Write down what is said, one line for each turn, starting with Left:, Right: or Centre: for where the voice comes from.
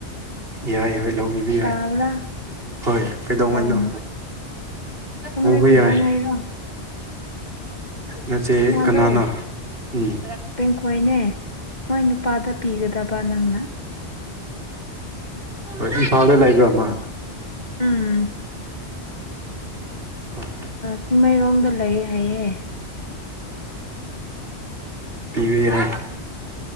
Right: ꯌꯥꯣꯏ ꯌꯥ ꯂꯧ ꯌꯥ
Left: ꯇꯥꯕ꯭ꯔꯥ
Right: ꯍꯣꯏ ꯀꯩꯗꯧꯉꯩꯅꯣ
Left: ꯑꯣ ꯈꯪꯗꯦ
Right: ꯍꯕꯨ
Left: ꯀꯩꯗꯧꯉꯩꯔꯣ
Right: ꯌꯥꯏ ꯅꯆꯦ
Left: ꯃꯥꯗꯣ
Right: ꯀꯅꯥꯅꯣ ꯎꯝ
Left: ꯇꯦꯡꯈꯣꯏꯅꯦ ꯃꯣꯏ ꯅꯨꯄꯥꯗ ꯄꯤꯒꯗꯕ ꯅꯪꯅ
Right: ꯍꯣꯏ ꯏꯝꯐꯥꯎꯗ ꯂꯩꯥꯛꯕ꯭ꯔ ꯑꯃ
Left: ꯎꯝ
Right: ꯍꯣꯏ
Left: ꯆꯤꯡꯃꯩꯔꯣꯡꯗ ꯂꯩ ꯍꯥꯏꯌꯦ
Right: ꯕ ꯌꯥ